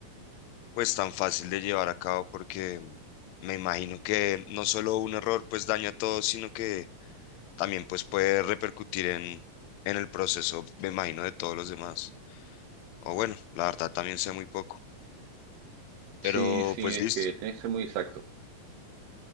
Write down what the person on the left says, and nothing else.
pues tan fácil de llevar a cabo porque mm, me imagino que no solo un error pues daña a todos, sino que también pues puede repercutir en, en el proceso, me imagino, de todos los demás. O bueno, la verdad también sé muy poco, pero
pues
listo.